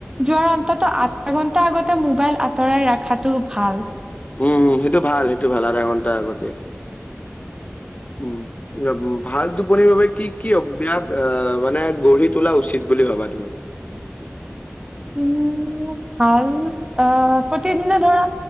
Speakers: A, on the right; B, on the left.
A: যোৱাৰ অন্ততো আধা ঘন্টা আগতে মোবাইল আঁতৰাই ৰাখ আঁতৰাই ৰাখাতো ভাল
B: উম', সেইটো ভাল, সেইটো ভাল, আধা ঘণ্টা আগতে উম', ইয়াত ভাল টোপনিৰ বাবে কি কি অভ্যাস আহ', মানে গঢ়ি তোলা উচিত বুলি ভাবা তুমি?
A: উম', ভাল অ', প্ৰতিদিনে ধৰা